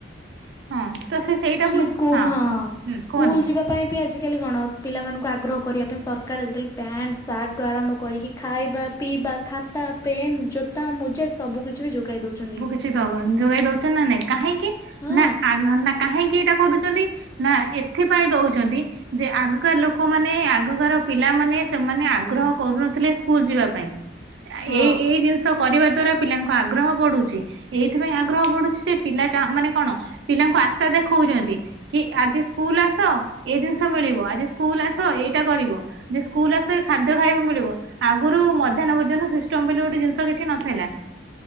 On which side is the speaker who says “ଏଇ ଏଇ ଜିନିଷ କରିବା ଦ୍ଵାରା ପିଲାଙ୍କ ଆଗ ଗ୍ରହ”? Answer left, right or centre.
Right